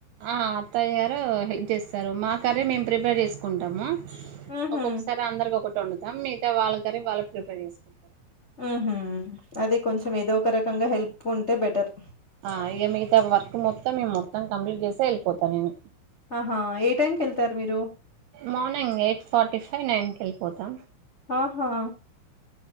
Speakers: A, on the right (about 80°); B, on the left (about 65°).
A: ఆ అత్తయ్య గారు హెప్ చేస్తారు మా కర్రీ మేము ప్రిపేర్ చేసుకుంటాము
B: హుహు.
A: ఒక్కొక్కసారి అందరికి ఒక వడుతాంిగా వాళ్ళ కనీ వాళ్ళ ప్రిపేర్ చేసుకుంటారు
B: ఆహ అదే కొంచెం ఏదో ఒక రకంగా హెల్ప్ ఉంటే బెటర్
A: ఆ ఇ మిగతా వర్క్ మొత్తం మేము మొత్తం కంప్లీట్ చేస్తే వెళ్ళిపోతాను నేను
B: ఆహా ఏ టైమ్కి వెళ్తారు మీరు
A: morning eight forty five nine క వెళ్ళిపోతాం
B: ఆహా